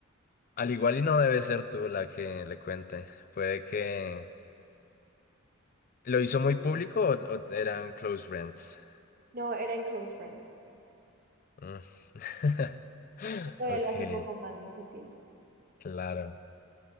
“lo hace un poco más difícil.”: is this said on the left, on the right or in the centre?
Right